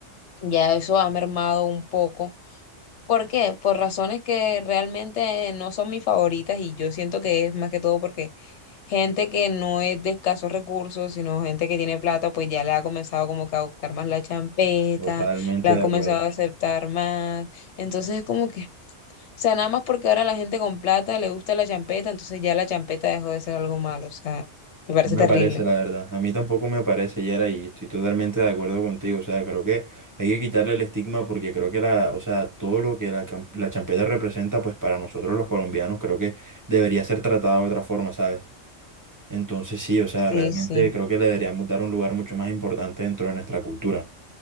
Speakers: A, on the left; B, on the right.
A: ya eso ha mermado un poco ¿Por qué? Por razones que realmente no son mis favoritas y yo siento que es más que todo porque gente que no es de escasos recursos, sino gente que tiene plata, pues ya le ha comenzado como que a buscar más la champeta,
B: Totalmente
A: la
B: de
A: han comenzado
B: acuerdo.
A: a aceptar más. Entonces es como que, o sea, nada más porque ahora la gente con plata le gusta la champeta, entonces ya la champeta dejó de ser algo malo, o sea, me parece
B: No me
A: terrible.
B: parece, la verdad. A mí tampoco me parece, Yera, y estoy totalmente de acuerdo contigo. O sea, creo que hay que quitarle el estigma porque creo que la, o sea, todo lo que la, cam- la champeta representa, pues para nosotros los colombianos, creo que debería ser tratada de otra forma, ¿sabes? Entonces sí, o sea,
A: Sí,
B: realmente
A: sí.
B: creo que le deberíamos dar un lugar mucho más importante dentro de nuestra cultura.